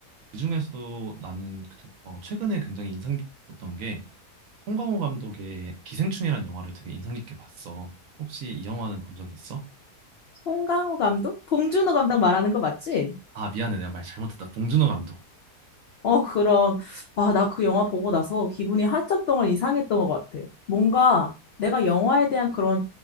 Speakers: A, on the right (about 65°); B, on the left (about 85°).
A: 그중에서도 나는 그- 어, 최근에 굉장히 인상 깊었던 게 송강호 감독의 기생충이란 영화를 되게 인상 깊게 봤어. 혹시 이 영화는 본 적 있어?
B: 송강호 감독? 봉준호 감독 말하는 거 맞지?
A: 아, 미안해. 내가 말 잘못했다. 봉준호 감독.
B: 어, 그럼, 아, 나 그 영화 보고 나서 기분이 한참 동안 이상했던 것 같아. 뭔가 내가 영화에 대한 그런,